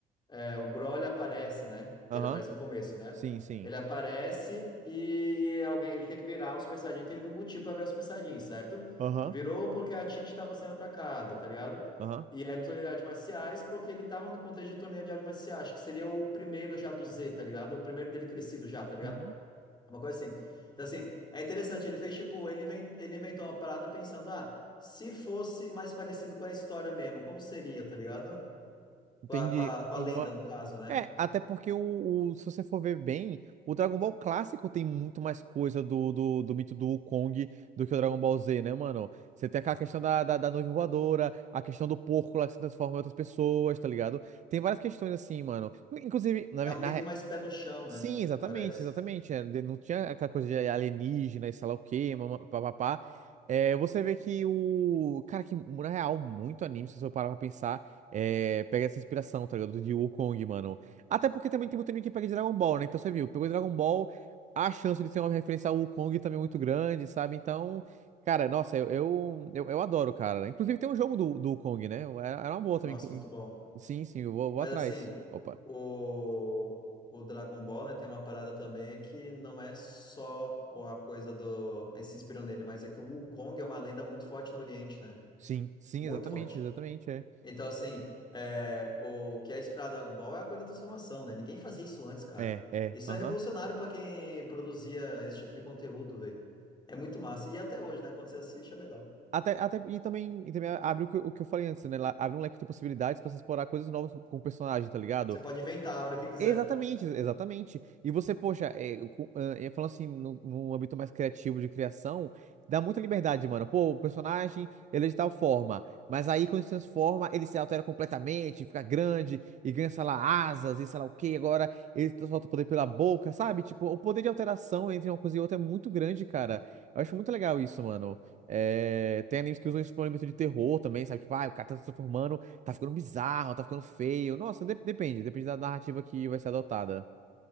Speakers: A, on the left (about 25°); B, on the right (about 45°).
A: É, o Broly aparece, né?
B: Aham.
A: Que ele aparece no começo, né?
B: Sim, sim.
A: Ele aparece e alguém, ele tem que virar o Super Saiyajin, tem um motivo pra virar o Super Saiyajin, certo?
B: Aham.
A: Virou porque a Tite estava sendo atacada, tá ligado?
B: Aham.
A: E é no torneio de artes marciais porque ele tava no contexto de torneio de artes marciais, acho que seria o primeiro já do Z, tá ligado? O primeiro dele crescido já, tá ligado?
B: Uhum.
A: Uma coisa assim. Então, assim, é interessante, ele fez tipo, ele inven- ele inventou uma parada pensando, ah, se fosse mais parecido com a história mesmo, como seria, tá ligado?
B: Entendi.
A: Com a, com a, com
B: E
A: a lenda,
B: não É,
A: no caso, né?
B: é, até porque o, o- se você for ver bem, o Dragon Ball clássico tem muito mais coisa do, do, do mito do Wukong do que o Dragon Ball Z, né, mano? Você tem aquela questão da, da, da nuvem voadora, a questão do porco lá que se transforma em outras pessoas, tá ligado? Tem várias questões assim, mano. Inclusive, na,
A: É
B: ver-
A: um
B: na
A: mito mais pé no chão,
B: Sim,
A: né?
B: exatamente,
A: Parece.
B: exatamente. É, de- Não tinha aquela coisa de alienígena e sei lá o quê, mama- papapá. É, você vê que o. Cara, que na real, muito anime, se você parar pra pensar, é, pega essa inspiração, tá ligado? De Wukong, mano. Até porque também tem muito anime que pega de Dragon Ball, né? Então você viu, pegou Dragon Ball, a chance de ser uma referência ao Wukong também é muito grande, sabe? Então, cara, nossa, eu, eu, eu, eu adoro, cara. Inclusive tem um jogo do, do Wukong, né? Era era uma boa
A: Nossa,
B: também. inclu-
A: muito bom.
B: Sim, sim, eu vou,
A: Mas
B: vou atrás.
A: assim,
B: Opa.
A: o, o Dragon Ball, né, tem uma parada também é que não é só o- a coisa do. Eles se inspiram nele, mas é que o Wukong é uma lenda muito forte no Oriente, né?
B: Sim, sim,
A: Muito
B: exatamente,
A: forte.
B: exatamente. é.
A: Então, assim, é, o que é inspirado no Dragon Ball é a coisa da transformação, né? Ninguém fazia isso antes, cara.
B: É, é,
A: Isso
B: aham.
A: é revolucionário pra quem produzia esse tipo de conteúdo, velho. É muito massa. E até hoje, né? Quando você assiste, é legal.
B: Até, até, e também, e também abre o que, eu- o que eu falei antes, né? Lá- Abre um leque de possibilidades pra você explorar coisas novas com com o personagem, tá ligado?
A: Você pode inventar a hora que quiser.
B: Exatamente, ex- exatamente. E você, poxa, é, co- ah, é, falando assim, no- num âmbito mais criativo de criação, dá muita liberdade, mano. Pô, o personagem, ele é de tal forma, mas aí quando se transforma, ele se altera completamente, fica grande e ganha, sei lá, asas e sei lá o quê. Agora ele solta o poder pela boca, sabe? Tipo, o poder de alteração entre uma coisa e outra é muito grande, cara. Eu acho muito legal isso, mano. É, tem animes que usam isso pra um elemento de terror também, sabe? Tipo, ah, o cara tá se transformando. Tá ficando bizarro, tá ficando feio. Nossa, de- depende, depende da narrativa que vai ser adotada.